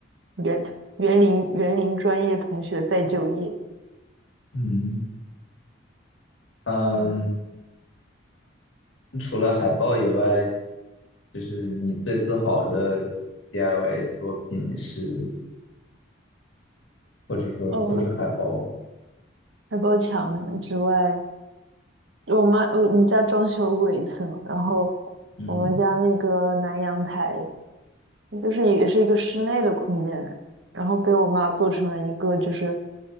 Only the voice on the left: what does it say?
嗯嗯，
除了海报以外，就是你最自豪的 DIY 作品是，或者说就是海报。
嗯，